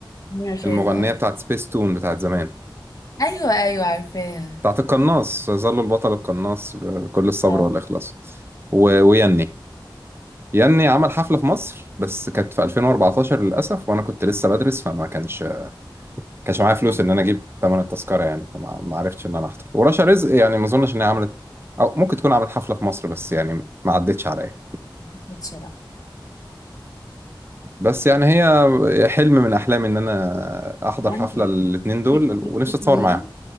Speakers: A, on the left; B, on the right.
A: مين مش
B: المغنية
A: عايز اصلا
B: بتاعت سبيس تون بتاعت زمان
A: ايوه ايوه عارفاها
B: بتاعت القناص يظل البطل القناص بكل الصبر
A: اه
B: والإخلاص و... ويني يني عمل حفلة في مصر بس كانت في 2014 للأسف وأنا كنت لسه بدرس فما كانش كانش معايا فلوس
A: انا
B: إن أنا أجيب تمن التذكرة يعني فما ما عرفتش إن أنا أحضر ورشا رزق يعني ما أظنش إن هي عملت أو ممكن تكون عملت حفلة في مصر بس يعني ما عدتش عليا
A: ما كنتش بقى
B: بس يعني هي حلم من أحلامي إن أنا أحضر
A: ما
B: حفلة
A: انت جبت
B: الاتنين دول
A: جبت
B: ونفسي
A: اتنين
B: أتصور معاهم